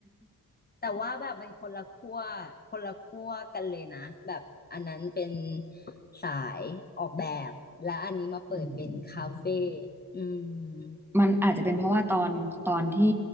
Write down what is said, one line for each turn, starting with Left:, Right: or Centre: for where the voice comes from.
Left: แต่ว่าแบบมันคนละขั้วคนละขั้วกันเลยนะแบบอันนั้นเป็นสายออกแบบและอันนี้มาเปิดเป็นคาเฟ่
Centre: <laughs> อืม
Left: อืม
Centre: มันอาจจะเป็นเพราะว่าตอนตอนที่